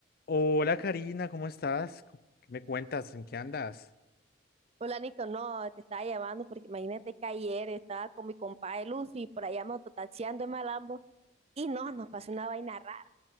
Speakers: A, on the left (about 50°); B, on the right (about 30°).
A: Hola Karina, ¿cómo estás? Co- ¿Qué me cuentas? ¿En qué andas?
B: Hola, Nico, no, te estaba llamando porque imagínate que ayer estaba con mi compadre Luffy por allá mototaxiando en Malambo y no, nos pasó una vaina rara.